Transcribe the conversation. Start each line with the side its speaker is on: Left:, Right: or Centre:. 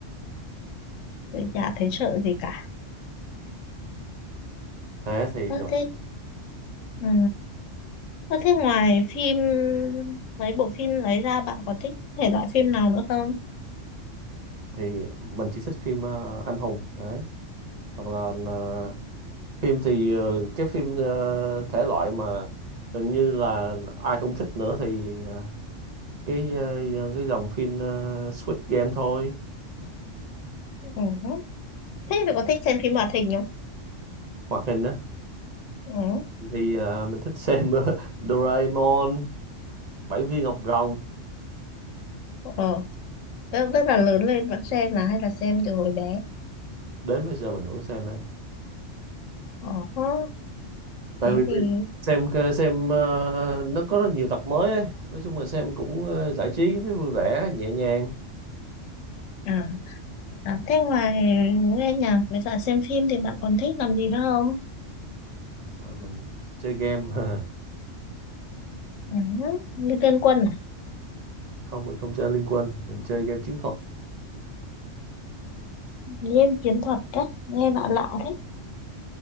Left: tôi chả thấy sợ gì cả
Right: thế thì
Left: Ơ
Right: ờ,
Left: thế ừ, Ơ, Thế ngoài phim mấy bộ phim lấy ra bạn còn thích thể loại phim nào nữa không?
Right: thì mình chỉ thích phim ờ, anh hùng đấy hoặc là ờ, phim thì ờ, cái phim ờ, thể loại mà gần như là ai cũng thích nữa thì ờ, cái ờ, cái dòng phim ờ, Squid Game thôi
Left: Ừ. Thế thì có thích xem phim hoạt hình không?
Right: hoạt hình á
Left: Ừ.
Right: thì à, mình thích xem ờ, <laughs> Doraemon Bảy viên ngọc rồng
Left: Ờ. Tức tức là lớn lên vẫn xem là hay là xem từ hồi bé?
Right: đến bây giờ mình vẫn xem ấy
Left: Ờ. hớ.
Right: tại
Left: Thế
Right: vì
Left: thì
Right: xem xem ờ, nó có rất nhiều tập mới ấy nói chung là xem cũng ờ, giải trí với vui vẻ nhẹ nhàng
Left: à, à thế ngoài nghe nhạc với cả xem phim thì bạn còn thích làm gì nữa không?
Right: Ờ, mình chơi game <laughs>
Left: Ừ. Như Liên Quân à?
Right: không mình không chơi Liên Quân mình chơi game chiến thuật
Left: Liên Chiến Thuật á, nghe lạ lạ thế.